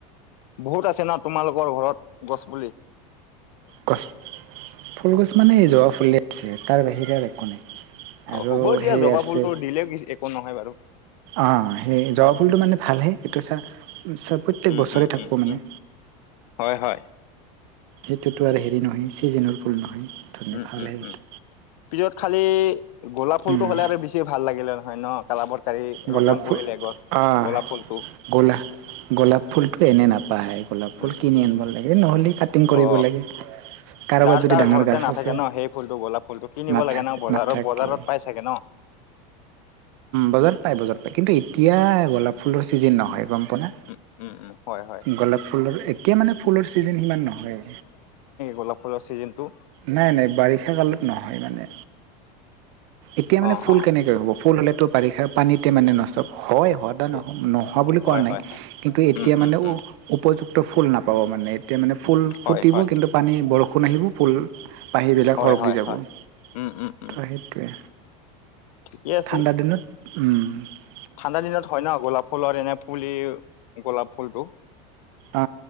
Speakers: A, on the left; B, on the right.
A: বহুত আছে ন তোমালোকৰ ঘৰত গছপুলি
B: গছ ফুল গছ মানে জোৱাা ফুলে আছে তাৰ বাহিৰে আৰু একো নাই
A: অ
B: আৰু
A: হ'ব দিয়া
B: সেই
A: জবা
B: আছে
A: ফুলতটো দিলে একো নহয় বাৰু
B: অঁ সেই জোৱা ফুলটো মানে ভালহে এইটো চা প্ৰত্যেক
A: উম
B: বছৰে
A: উম
B: থাকিব
A: উম
B: মানে
A: উম হয় হয়
B: সেইটোতো আৰু হেৰি নহয় ছিজেনৰ ফুল নহয় ধুনীয়া
A: উম
B: ভাল
A: উম
B: হে
A: উম
B: সেইটো
A: পিছত খালি গোলাপ ফুলটো
B: উম,
A: হ'লে আৰু বেছি ভাল লাগিলে নহয় ন কালাবৰ কাৰি
B: গোলাপ
A: ৰোপন
B: ফুল
A: কৰিলে গছ
B: অঁ
A: গোলাপ ফুলটো
B: গোলা গোলাপ ফুলটো এনেই নাপাহে গোলাপ ফুল
A: উম
B: কিনি আনিব লাগে নহলে কাটিং কৰিব
A: অ
B: লাগে কাৰোবাৰ
A: যাৰ
B: যদি
A: তাৰ
B: ডাঙৰ
A: ঘৰতে
B: গছ
A: নাথাকে
B: আছে
A: ন সেই ফুলটো গোলাপ ফুলটো কিনিব
B: নাথাক
A: লাগে ন বজাৰত
B: নাথাক
A: বজাৰত
B: অে
A: পাই চাগে ন
B: বজাৰ পায় বজাৰ পায় কিন্তু এতিয়া গলাপ ফুলৰ ছিজিন নহয় আপনা
A: উম, উম, উম, হয়, হয়।
B: গোলাপ ফুলৰ এতিয়া মানে ফুলৰ ছিজন সিমান নহয়
A: গলাপ ফুলৰ চিজন টো
B: নাই নাই বাৰিষা কালত নহয় মানে এতিয়া মানে
A: অ',
B: ফুল
A: অ',
B: কেনেকৈ হ'ব ফুল হ'লেতো বাৰিষা পানীতে মানে নষ্ট হয় হোৱাদা
A: এই,
B: নহ নোহোৱা বুলি
A: হয়,
B: কোৱা নাই
A: হয়, হয়।
B: কিন্তু এতিয়া
A: উম, উম,
B: মানে
A: উম,
B: উপযুক্ত তো ফুল নাপাব মানে এতিয়া মানে ফুল
A: হয়,
B: ফুটিব
A: হয়,
B: কিন্তু পানী বৰষুণ আহিব ফুল পাহীবিলাক
A: হয়,
B: সৰকি
A: হয়,
B: যাব
A: হয়।
B: তো
A: উম, উম, উম,
B: সেইটোৱে
A: ঠিকে আছে।
B: ঠাণ্ডাাদিনত
A: ঠাণ্ডা দিনত হয় ন গোলাপ ফুলৰ এনে পুলি গোলাপ ফুলটো
B: অ